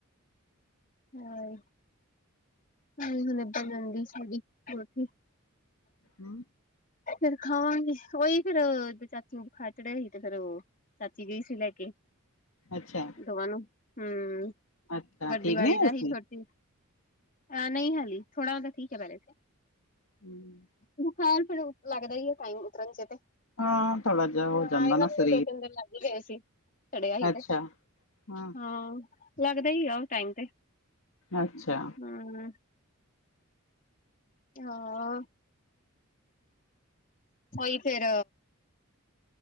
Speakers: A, on the left; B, on the left.
A: ਹਾਂ। ਹੋਲੇ ਹੋਲੇ ਬਣ ਜਾਂਦੀ ਸਿੜੀ ਹੋਰ ਕੀ
B: ਹੂੰ,,,
A: ਫਿਰ ਖਾਵਾਂਗੇ ਉਹੀ ਫਿਰ ਚਾਚੂ ਬੁਖਾਰ ਚੜਿਆ ਸੀ ਤੇ ਫਿਰ ਉਹ ਚਾਚੀ ਗਈ ਸੀ ਲੈ ਕੇ
B: ਅੱਛਾ
A: ਦੋਵਾਂ ਨੂੰ ਹੂੰ
B: ਅੱਛਾ
A: ਵੱਡੀ
B: ਠੀਕ
A: ਵਾਲੀ
B: ਨੀ ਹੋਏ
A: ਦਾ ਹੀ
B: ਸੀ
A: ਛੋਟੀ ਆ ਨਹੀਂ ਹਾਲੀ ਥੋੜਾ ਉਹਦਾ ਠੀਕ ਹੈ ਵੈਲਿਡ
B: ਹੂੰ,,,
A: ਬੁਖ਼ਾਰ ਫਿਰ ਲੱਗਦਾ ਹੀ ਹੈ ਟਾਈਮ ਉਤਰਨ ਚ ਤੇ
B: ਹਾਂ ਥੋੜਾ ਜਿਹਾ ਹੋ
A: ਹਾਂ
B: ਜਾਂਦਾ
A: ਇਹਨਾਂ
B: ਨਾ
A: ਨੂੰ
B: ਸਰੀਰ
A: ਵੀ ਦੋ ਤਿੰਨ ਦਿਨ ਲੱਗ ਹੀ ਗਏ ਸੀ ਸੜਿਆ ਹੀ
B: ਅੱਛਾ
A: ਤੇ
B: ਹਮ
A: ਹਾਂ ਲੱਗਦਾ ਹੀ ਆ ਓ ਟਾਈਮ ਤੇ
B: ਅੱਛਾ।
A: ਹੂੰ,,, ਹਾਂ ਉਹੀ ਫਿਰ